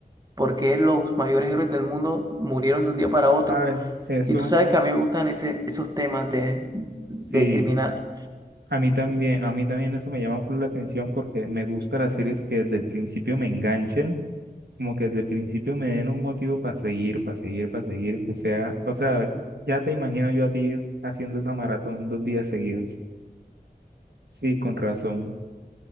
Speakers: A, on the right; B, on the right.
A: ¿Por qué los mayores héroes del mundo murieron de un día para otro?
B: ¿Sabes eso?
A: Y tú sabes que a mí me gustan ese, esos temas de, de
B: Sí.
A: criminal.
B: A mí también, a mí también eso me llama por la atención porque me gustan las series que desde el principio me enganchen, como que desde el principio me den un motivo para seguir, para seguir, para seguir, que sea, o sea, ya te imagino yo a ti haciendo esa maratón dos días seguidos. Sí, con razón.